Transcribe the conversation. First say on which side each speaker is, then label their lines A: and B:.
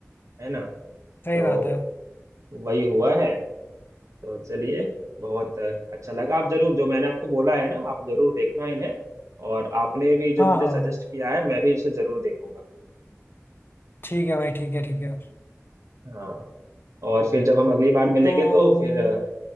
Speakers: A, on the right; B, on the left.
A: है ना
B: सही
A: तो
B: बात है
A: वही हुआ है तो चलिए बहुत अच्छा लगा आप जरूर जो मैंने आपको बोला है ना आप जरूर देखना इन्हें और आपने भी जो
B: हाँ
A: मुझे
B: हाँ
A: सजेस्ट
B: हाँ
A: किया है मैं भी उसे जरूर देखूंगा
B: ठीक है भाई ठीक है ठीक है
A: हाँ और फिर जब हम अगली बार मिलेंगे
B: तो
A: तो फिर अ,